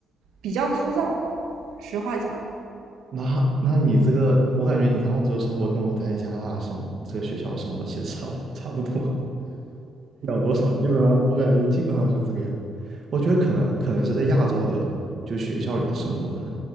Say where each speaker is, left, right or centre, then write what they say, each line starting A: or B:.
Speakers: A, on the right (about 85°); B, on the right (about 55°).
A: 比较枯燥。实话讲，
B: 那那你这个，我感觉你在澳洲生活跟我在加拿大生活，这个学校生活其实差不差不多。秒多少，基本上我感觉基本上就是这个样。我觉得可能可能是在亚洲的，就学校里的生活可能